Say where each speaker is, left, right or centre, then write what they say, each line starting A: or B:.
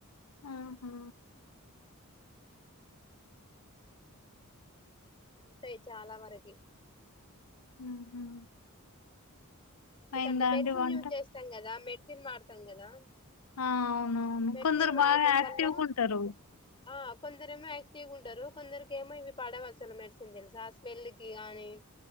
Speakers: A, on the left; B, on the left.
A: ఉహు.
B: ఉంటాయి చాలా వరకి.
A: ఉహు.
B: ఎందుకంటే
A: అయిందా
B: మెడిసిన్
A: అండి వంట
B: యూజ్ చేస్తాం కదా మెడిసిన్ వాడతాం కదా.
A: ఆ అవునవును
B: మెడిసిన్
A: కొందరు
B: వాడం
A: బాగా యాక్టివ్గా
B: వల్ల
A: ఉంటారు
B: ఆ. కొందరు ఏమో యాక్టివ్ గా ఉంటారు కొందరుకి ఏమో ఇవి పడవు అసలు మెడిసిన్ తెలుసా స్మెల్ కి గాని.